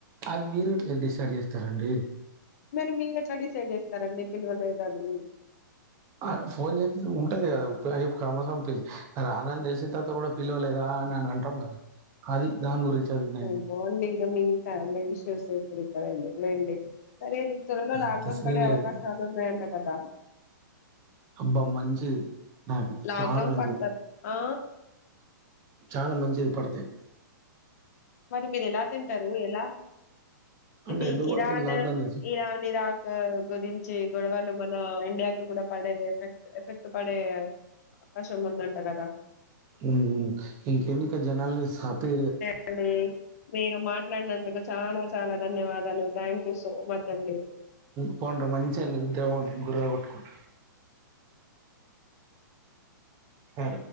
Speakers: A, on the right; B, on the left.
A: అది మీరు ఇట్లా డిసైడ్ చేస్తారండి
B: మీరు మీరు ఎట్లా డిసైడ్ చేస్తారండి పిల్వలేదని
A: ఆమె ఫోన్ చేసి ఉంటది కదా <unintelligible> ఆ మాత్రం రానని తెలిసిన తర్వాత కూడా పిలవలేదా అని అనంటాం కదా అది దాని గురించి అడిగిన
B: ఇం పోండి ఇక మీ ఫ్యామిలీ ఇష్యూస్ ఇప్పుడు సరే అండి లేండి అదేండి త్వరలో లాక్
A: అంత
B: డౌన్
A: సీన్
B: పడే అవకాశాలు
A: లేదు
B: ఉన్నాయంట కదా
A: అబ్బా మంచిది నాకు
B: లాక్‌డౌన్
A: చాలా మంచిది
B: పడతారు. ఆ!
A: చాలా మంచిది పడితే
B: మరి మీరు ఎలా తింటారు ఎలా
A: అంటే
B: ఇది
A: ఎందుకు
B: ఇరాన్
A: పడుతుంది లాక్డౌన్ తెలుసా
B: ఇరాన్ ఇరాక్ గురించి గొడవలు మన ఇండియాకి కూడా పడే ఎఫెక్ట్ ఎఫెక్ట్ పడే అవకాశం ఉందంట కదా
A: ఉ ఇంకెన్నికా జనాాల సాపి
B: అంటే మీరు మాట్లాడినందు చాలా చాలా ధన్యవాదాలు థ్యాంక్ యూ సో మచ్ అండి
A: పోండ్రి మంచిషిని ఇద్దం గురు ఉట్కుంట ఆ